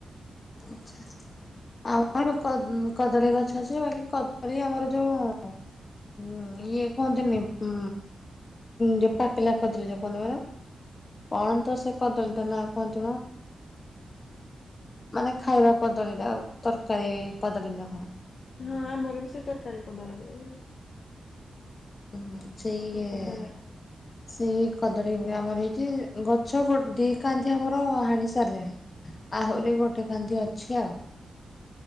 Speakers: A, on the left (about 35°); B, on the left (about 55°).
A: ଆଚ୍ଛା। ଆମର କଦଳୀ ଗଛ ଅଛି ବାକି କଦଳୀ ଆମର ଯୋଉ ହୁଁ ଇଏ କୁହନ୍ତିନି ଉଁ ଯୋଉ ପାକାଲା ଯୋଉ କଣ ତ ଏରା କଣ ତ ସେ କଦଳୀ ଟା ନାଁ କଣ ତ? <inaudible> ମାନେ ଖାଇବା କଦଳୀ ଟା ତରକାରୀ କଦଳୀ ନୁହଁ।
B: ହଁ ଆମର ବି ସେ ତରକାରୀ କଦଳୀ ହାଁ
A: ହୁଁ ସେଇ
B: କଦଳୀ
A: <inaudible> ସେଇ କଦଳୀ ଆମର ହେଇଛି ଗଛ ଦେଇ କାଧ ଆମର ହାଣି ସାରିଲେଣି। ଆହୁରି ଗୋଟେ କାନ୍ଧି ଅଛି ଆଉ।